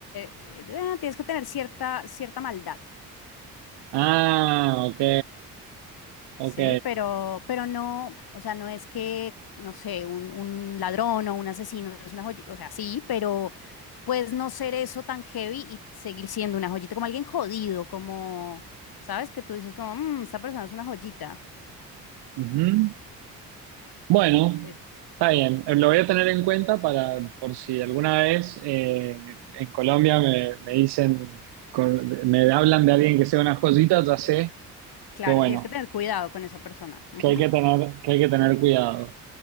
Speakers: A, on the left (about 50°); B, on the right (about 60°).
A: eh, tienes que tener cierta, cierta maldad.
B: Ah, ok, ok.
A: Sí, pero, pero no, o sea, no es que, no sé, un, un ladrón o un asesino es una joyita, o sea, sí, pero puedes no ser eso tan heavy y seguir siendo una joyita, como alguien jodido, como, ¿sabes? Que tú dices como, "Mm, esta persona es una joyita.
B: Ujú. Bueno,
A: Es-
B: está bien. Eh, Lo voy a tener en cuenta para por si alguna vez eh, en Colombia me, me dicen, con- me hablan de alguien que sea una joyita, ya sé
A: claro,
B: que bueno,
A: tienes que tener cuidado con esa persona. Ujú,
B: que hay que tener, que hay que tener cuidado.